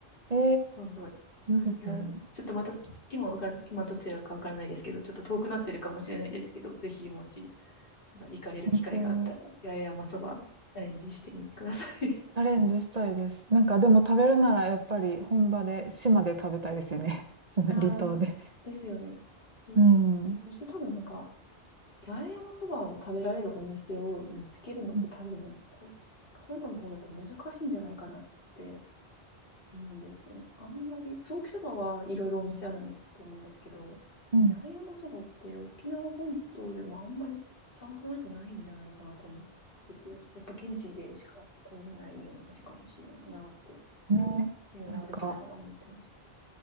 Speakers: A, on the right; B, on the left.
A: ー、え
B: 今度、はい
A: ー、いいですね。
B: いや、ちょっとまた、今わから今どちらかわからないですけど、ちょっと遠くなってるかもしれないですけど、ぜひもし、なんか行かれる機会があったら、
A: 本当、
B: 八重山そばチャレンジしてみてください。
A: チャレンジしたいです。なんかでも食べるならやっぱり本場で、島で食べたいですよね。
B: <laughs>
A: <laughs> その離島で。
B: ああ、なですよね。で、
A: うん。
B: そして多分なんか、八重山そばを食べられるお店を見つけるのって多分、
A: うん
B: こう、なんか本土の方だと難しいんじゃないかなってそうなんですよね。あんまり、ソーキそばはいろいろお店あると思うんですけど、
A: うん
B: 八重山そばって沖縄本島でもあんまり探さないとないんじゃないかなと思ってて、やっぱ現地でしか食べれないような味かもしれないなって、
A: ね、
B: いろいろ歩きながら思ってました。
A: なんか